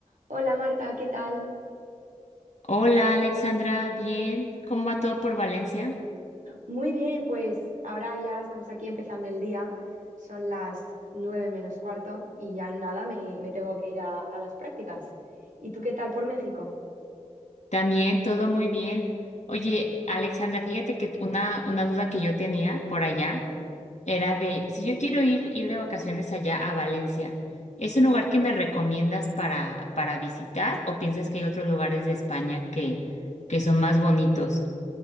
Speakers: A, on the right; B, on the left.
A: Hola Marta, ¿qué tal?
B: Hola Alexandra, bien. ¿Cómo va todo por Valencia?
A: Muy bien, pues ahora ya estamos aquí empezando el día. Son las nueve menos cuarto y ya en nada me, me tengo que ir a, a las prácticas. ¿Y tú qué tal por México?
B: También, todo muy bien. Oye, Alexandra, fíjate que una, una duda que yo tenía por allá era de si yo quiero ir, ir de vacaciones allá a Valencia, ¿es un lugar que me recomiendas para, para visitar o piensas que hay otros lugares de España que, que son más bonitos?